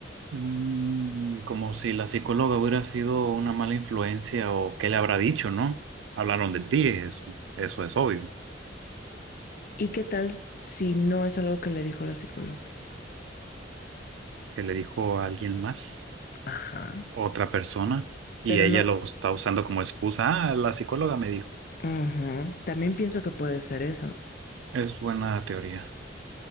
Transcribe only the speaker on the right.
Mm, como si la psicóloga hubiera sido una mala influencia o qué le habrá dicho, ¿no? Hablaron de ti, es- eso es obvio.
Que le dijo a alguien más,
otra persona, y
ella
lo está usando como excusa. Ah, la psicóloga me dijo.
Es buena teoría.